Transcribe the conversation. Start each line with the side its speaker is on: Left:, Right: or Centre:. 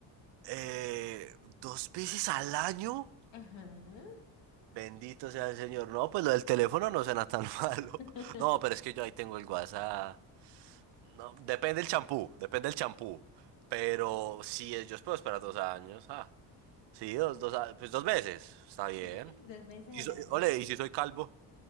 Right: Eh, ¿dos veces al año?
Left: Ajá.
Right: Bendito sea el Señor. No, pues lo del teléfono no suena tan <laughs> malo.
Left: <laughs>
Right: No, pero es que yo ahí tengo el WhatsApp. No, depende el champú, depende el champú. Pero sí, es- yo puedo esperar dos años. Ah, sí, dos, dos, a- pues dos veces. Está bien.
Left: Sí, dos veces
Right: Y
Left: al
Right: so-
Left: año.
Right: ole, ¿y si soy calvo?